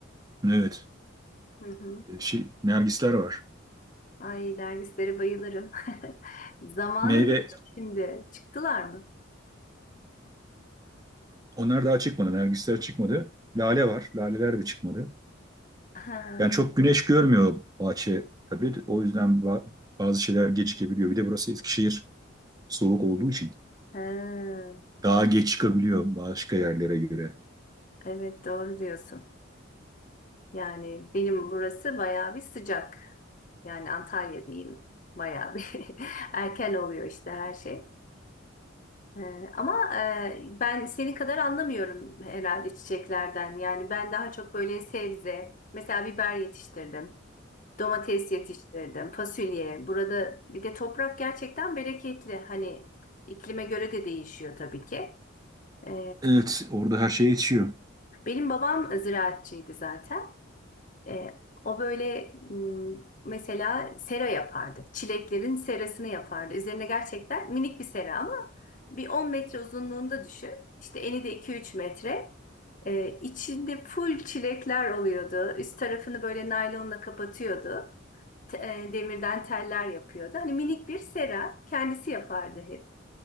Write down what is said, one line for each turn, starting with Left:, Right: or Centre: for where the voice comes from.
Right: Evet.
Left: Hı hı.
Right: E, şey, nergisler var.
Left: Ay dervislere bayılırım. <laughs> Zamanı
Right: Meyve
Left: değil şimdi. Çıktılar mı?
Right: onlar daha çıkmadı. Nergisler çıkmadı. Lale var. Laleler de çıkmadı.
Left: Ha,
Right: Yani çok güneş görmüyor bahçe tabii. O yüzden ba- bazı şeyler gecikebiliyor. Bir de burası Eskişehir soğuk olduğu için.
Left: ha.
Right: Daha geç çıkabiliyor başka yerlere göre.
Left: Evet doğru diyorsun. Yani benim burası bayağı bir sıcak. Yani Antalya diyeyim bayağı bir <laughs> erken oluyor işte her şey. Ee, ama e, ben seni kadar anlamıyorum herhalde çiçeklerden. Yani ben daha çok böyle sebze, mesela biber yetiştirdim, domates yetiştirdim, fasulye. Burada bir de toprak gerçekten bereketli. Hani iklime göre de değişiyor tabii ki. Ee,
Right: Evet, orada her şey yetişiyor.
Left: benim babam ziraatçıydı zaten. E, o böyle m, mesela sera yapardı. Çileklerin serasını yapardı. Üzerine gerçekten minik bir sera ama bir 10 metre uzunluğunda düşün. İşte eni de 2-3 metre. E, içinde full çilekler oluyordu. Üst tarafını böyle naylonla kapatıyordu. Te- e, demirden teller yapıyordu. Hani minik bir sera kendisi yapardı hep.